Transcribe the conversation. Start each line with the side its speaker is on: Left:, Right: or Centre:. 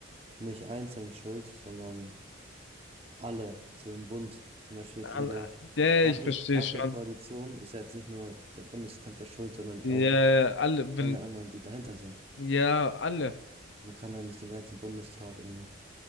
Right: nicht einzeln schuld, sondern alle, so im Bund. Zum Beispiel jetzt
Left: Ah,
Right: in der
Left: nee,
Right: Ampel,
Left: ich verstehe
Right: Ampelkoalition
Left: schon.
Right: ist ja jetzt nicht nur der Bundeskanzler schuld, sondern
Left: Ja,
Right: auch
Left: alle, wenn,
Right: alle anderen, die dahinter sind.
Left: ja, alle.
Right: Man kann ja nicht den ganzen Bundestag in,